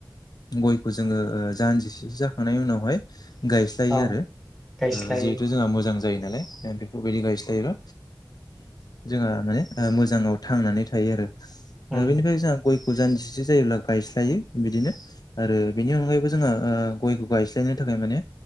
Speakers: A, on the left; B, in the centre.
A: गयखौ जोङो जानजिसेसो जाखांनायनि उनावहाय गायस्लायो
B: औ
A: आरो
B: गायस्लायो
A: जिहेथु जोंहा मोजां जायो नालाय बेफोरबायदि गायस्लायोबा जोंहा माने मोजाङाव थांनानै थायो आरो
B: उम
A: र बिनिफ्रायाय गय फुजान जिसे जायोब्ला गायस्लायो बिदिनो आरो बेनि अनगायैबो जोंङो गयखौ गायस्लायनो थाखाय माने